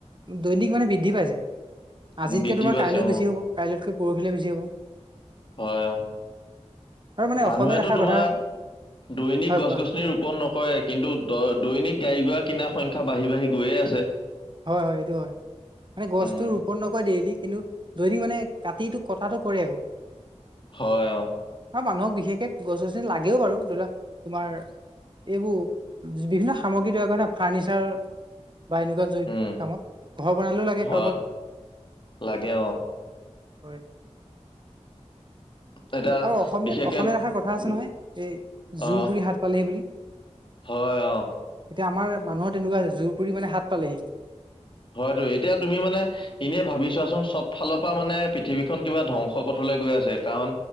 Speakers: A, on the right; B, on the left.
A: দৈনিক মানে বৃদ্ধি পাইছে
B: উম,
A: আজিতকে
B: বৃদ্ধি
A: তোমাৰ
B: পাইছে
A: কাইলৈ
B: অ
A: বেছি হ'ব কাইলৈতকৈ পৰহিলৈ বেছি হব
B: হয় অ
A: আৰু মানে
B: মানুহেটো
A: অসমীয়াত এষাৰ
B: তোমাৰ
A: কথা
B: দৈনিক
A: হয়
B: গছ
A: কোৱা
B: গছনি ৰোপন ন কয় কিন্তু দ দৈনিক গাড়ী গুৰা কিনাৰ সংখ্যা বাঢ়ি বাঢ়ি গৈয়ে আছে
A: হয় হয় এইটো হয় মানে গছটো
B: উম
A: নকয় দেইলি কিন্তু দৈনিক মানে কাটিটো কটাটো কৰে আকৌ
B: হয় অ
A: আৰু মানুহক বিশেষকে গছ গছনি লাগেও বাৰু ধৰি লোৱা তোমাৰ এইবোৰ বিভিন্ন সামগ্ৰী তৈয়াৰ কৰে নহয় ফাৰ্ণিচাৰ বা এনেকুৱা জ
B: উম
A: কামত ঘৰ বনালেও লাগে
B: হয়
A: কাৰোবাক
B: লাগে অ
A: হয়
B: এতিয়া
A: আৰু অসমীয়াত
B: বিশেষকে
A: অসমীয়াত এষাৰ কথা আছে
B: উম,
A: নহয় এই জোৰবুৰি
B: অ
A: হাত পালেহি বুলি
B: হয় অ
A: এতিয়া আমাৰ মানুহৰ তেনেকুৱা হৈছে জোৰ পুৰি মানে হাত পালেহি
B: হয়টো এতিয়া তুমি মানে এনে ভাবি চোৱাচোন চব ফালৰ পা মানে পৃথিৱীখন কিবা ধ্বংস পথলে গৈ আছে কাৰণ